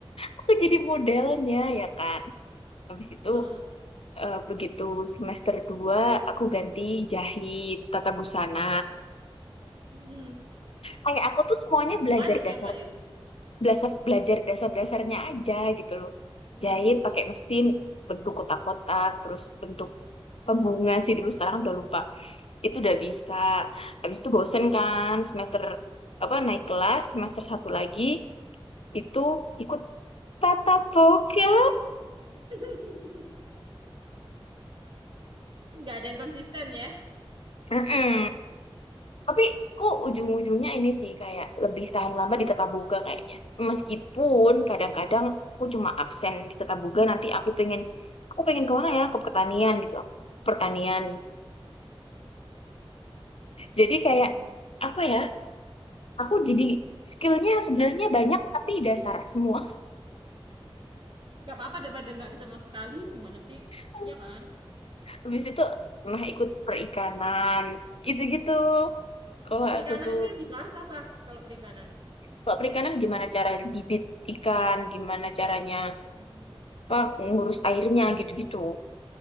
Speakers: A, on the left (about 75°); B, on the right (about 55°).
A: Aku jadi modelnya ya kan. Habis itu
B: <laughs> heeh.
A: eh, begitu semester 2 aku ganti jahit tata busana.
B: Mm,
A: Kayak aku tuh semuanya
B: semua
A: belajar
B: dicobain.
A: dasar belajar belajar dasar-dasarnya aja gitu loh.
B: Hmm.
A: Jahit pakai mesin bentuk kotak-kotak, terus bentuk pembunga sih dulu sekarang udah lupa. Itu udah bisa. Habis itu bosen kan semester apa naik kelas semester satu lagi itu ikut tatap muka.
B: <laughs> Nggak ada yang konsisten ya.
A: Mm-mm. Tapi kok ujung-ujungnya ini sih kayak lebih tahan lama di Tata Boga kayaknya. Meskipun kadang-kadang aku cuma absen di Tata Boga nanti aku pengen aku pengen ke mana ya ke pertanian gitu aku. ke Pertanian. Jadi kayak
B: Hmm.
A: apa ya? Aku jadi skillnya sebenarnya banyak tapi dasar semua.
B: Nggak apa-apa daripada nggak ada sama sekali. Gimana sih?
A: <laughs>
B: Ya kan?
A: Habis itu pernah ikut perikanan gitu-gitu. Kalau
B: Perikanan
A: aku tuh
B: itu yang dibahas apa kalau perikanan?
A: kalau perikanan gimana cara bibit ikan, gimana caranya
B: Hmm.
A: apa ngurus airnya gitu-gitu.